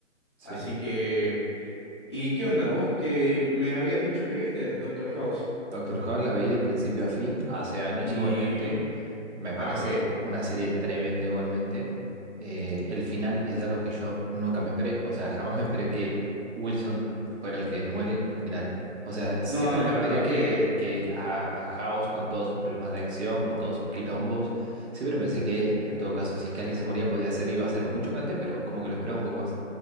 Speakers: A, on the right (about 60°); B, on the left (about 25°).
A: sí.
B: Así que... ¿Y qué onda? Vos que me habías dicho que viste Doctor House.
A: Doctor House la vi de principio a fin, hace años
B: Y...
A: igualmente. Me parece
B: Ah, ok.
A: una serie tremenda igualmente. Eh, el final es algo que yo nunca me esperé. O sea, jamás me esperé que Wilson fuera el que muere al final. O sea, siempre
B: No, la
A: me esperé
B: verdad
A: que,
B: que...
A: que a, a House, con todos sus problemas de adicción, con todos sus quilombos, siempre pensé que él, en todo caso, si es que alguien se moría, podía ser, iba a ser muy chocante, pero como que lo esperaba un poco más.